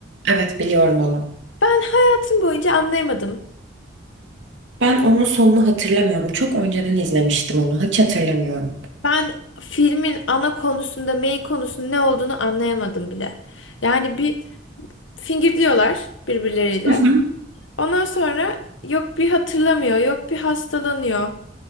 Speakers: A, on the right (about 75°); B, on the left (about 85°).
A: evet biliyorum onu.
B: Ben hayatım boyunca anlayamadım.
A: Ben onun sonunu hatırlamıyorum. Çok önceden izlemiştim onu. Hiç hatırlamıyorum.
B: Ben filmin ana konusunda, main konusunun ne olduğunu anlayamadım bile. Yani bir fingirdiyorlar birbirleriyle.
A: Hı hı.
B: Ondan sonra yok bir hatırlamıyor, yok bir hastalanıyor.